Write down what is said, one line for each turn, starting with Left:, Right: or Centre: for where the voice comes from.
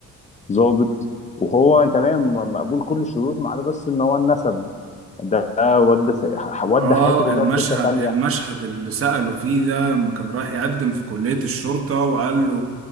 Left: الضابط وهو تمام مقبول كل الشروط ما عدا بس ان هو النسب ده ودى س- ح- ودى
Right: اه
Left: حياته كلها
Right: المشهد
Left: لسكه تانيه
Right: المشهد اللي سأله فيه ده لما كان رايح يقدم في كلية الشرطة وقال له